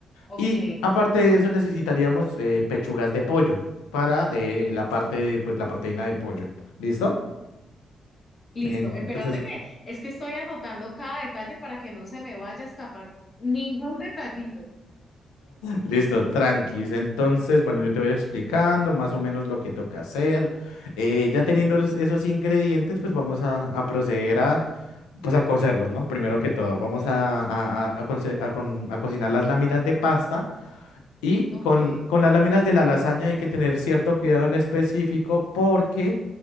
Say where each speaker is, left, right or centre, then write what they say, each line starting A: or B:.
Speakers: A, on the left; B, on the left.
A: Ok,
B: Y aparte de eso, necesitaríamos eh, pechugas de pollo para eh, la parte, pues la proteína de pollo, ¿listo?
A: listo.
B: Entonces,
A: Espérate que es que estoy anotando cada detalle para que no se me vaya a escapar ningún detallito.
B: Listo, tranquis. Entonces, bueno, yo te voy explicando más o menos lo que toca hacer. Eh, ya teniendo los- esos ingredientes, pues vamos a, a proceder a, pues a cocerlos, ¿no? Primero que todo, vamos a, a- a- a conce- a con- a cocinar las láminas de pasta y
A: Ok.
B: con, con las láminas de la lasaña hay que tener cierto cuidado en específico porque